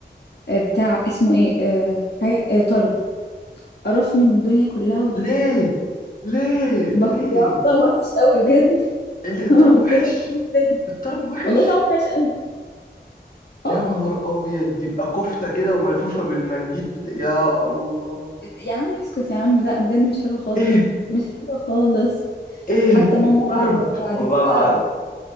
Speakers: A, on the left; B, on the left.
A: آه، بتاع اسمه ايه آه، حاجة آه، طرب قرفني من الدنيا كلها و-
B: ليه ليه
A: وبكرهه
B: ليه
A: طعم وحش قوي بجد <laughs>
B: اللي الطرب
A: طعمه
B: وحش
A: كده في دهنة
B: الطرب وحش
A: والله طعمه وحش قوي اه
B: يا نهار أبيض يبقى كفتة كده وملفوفة بالمنديل بتا... يا الله
A: يا عم اسكت يا عم لا بجد مش حلو خالص
B: إيه
A: مش حلو خالص
B: إيه
A: حتى ماما
B: الطرب
A: بعد
B: والله
A: كده
B: العظيم